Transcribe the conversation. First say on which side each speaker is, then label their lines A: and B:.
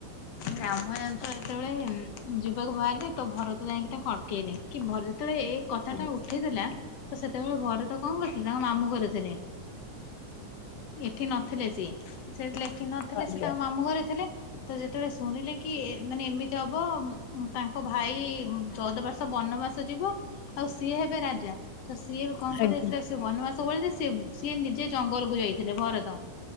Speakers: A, on the left (about 60°); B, on the left (about 85°).
A: ରାମ ଜାଣିଛ ଯେତେବେଳେ ଉଁ, ଯିବାକୁ ବାହାରିଲେ ତ ଭରତ ଯାଇକି ତାଙ୍କୁ ଅଟକେଇଲେ, କି ଭଲ ଯେତେଳେ କଥା
B: ହଁ
A: ଟା ଉଠିଥିଲା ତ ସେତେବେଳେ ଭରତ କଣ କରିଥିଲେ ତାଙ୍କ ମାମୁଁ ଘରେ ଥିଲେ। ଏଠି ନଥିଲେ ସିଏ, ସେ ଯେତେବେଳେ ଏଠି ନଥିଲେ
B: ଆଜ୍ଞା
A: ସିଏ ତାଙ୍କ ମାମୁଁ ଘରେ ଥିଲେ। ତ ଯେତେବେଳେ ଶୁଣିଲେ କି ଏ ମାନେ ଏମିତି ହବ ତାଙ୍କ ଉଁ, ଉଁ, ଭାଇ ଉଁ, ଚଉଦ ବର୍ଷ ବନବାସ ସ ଯିବ ଆଉ ସିଏ ହେବେ ରାଜା। ତ ସିଏ ବି କଣ
B: ଆଜ୍ଞା
A: କଲେ ଯେତେଳେ ସେ ବନବାସ ପଳେଇଥିଲେ ସିଏ ବୁ-ସିଏ ନିଜେ ଜଙ୍ଗଲକୁୁ ଯାଇଥିଲେ ଭରତ।